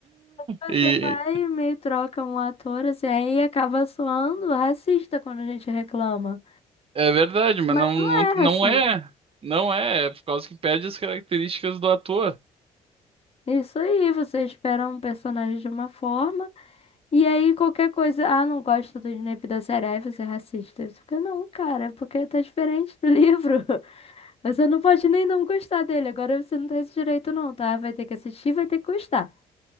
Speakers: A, on the left; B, on the right.
A: Você
B: E
A: vai e meio troca um ator, assim, aí acaba soando racista quando a gente reclama.
B: é verdade, mas
A: Mas
B: não,
A: não
B: não,
A: é
B: não
A: racista.
B: é. Não é, é por causa que perde as características do ator.
A: Isso aí, você espera um personagem de uma forma, e aí qualquer coisa, ah, não gosto do Snape da série, aí você é racista. Você fica, não, cara, é porque tá diferente do livro. <laughs> Você não pode nem não gostar dele, agora você não tem esse direito não, tá? Vai ter que assistir, vai ter que gostar.